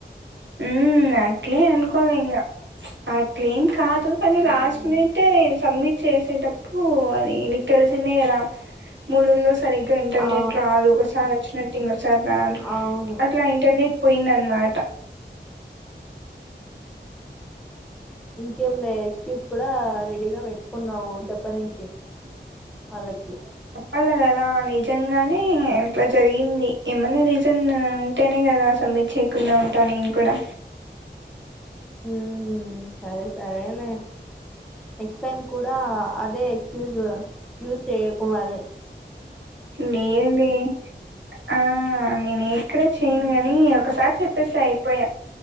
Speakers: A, on the right; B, in the centre.
A: హ ఆక్లి అన్కలే ఇంగ్ ఆక్లి కాదు కానీ
B: మ్మ్.
A: లాస్ట్ మినిట్ సబ్మిట్ చేసేటప్పుడు అదికల్సిందే కదా మూడుళ్ సరిగ్గా ఇంటర్నెట్
B: ఆ
A: రాదు ఒకసారి వచ్చినట్టు ఇంకకోసారి రాదు
B: అవును
A: అట్లా ఇంటర్నెట్ పోయిందన్నమాట
B: ఇంకేం లే ఎక్స్క్యూస్ కూడా రెడీగా పెట్టుకున్నావు చె చెప్ప ననికి వాళకి
A: అల్ల కదా నిజంగానే ఎట్లా జరిగింది ఏమైన్నా రీజన్ ఉంటేనే కదా అస మీరు చేయకుండా ఉంటా నేను కూడా
B: ఉ సరే సరే అలే నెక్స్ట్ టైం కూడా అదే ఎక్క్యూస్ చేయకుమరి
A: నేనే ఆ నేను ఎక్కడ చెయను
B: మ్మ్
A: గాని ఒకసారి చెప్ అటస్ అయిపోయా